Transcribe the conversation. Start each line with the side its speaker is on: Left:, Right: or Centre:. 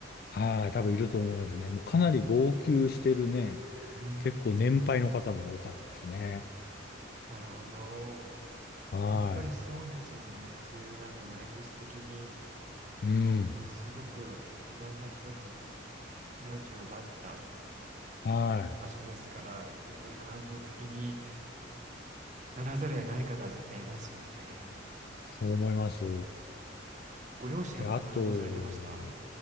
Left: はい。多分いると思いますね。もうかなり号泣してるね。
Right: うーん、うーん、
Left: 結構年配の方も多かったですね。
Right: なるほど。
Left: はい。
Right: やっぱりそうですよね。そういうなんかもう歴史的に
Left: うん。
Right: ものすごくいろんな人の命を奪った
Left: はい。
Right: 場所ですから、やっぱり感情的にならざるを得ない方は絶対いますよね。
Left: そう思います。
Right: ご両親はどんな反応されてました？
Left: で、あと、